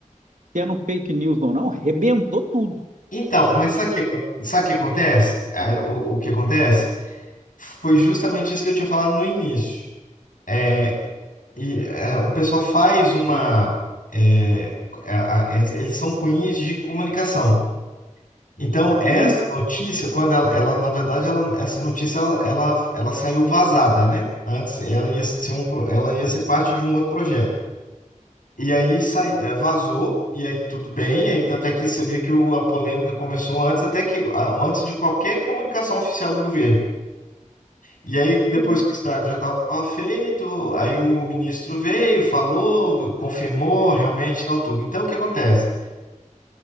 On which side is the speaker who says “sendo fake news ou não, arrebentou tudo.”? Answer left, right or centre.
Right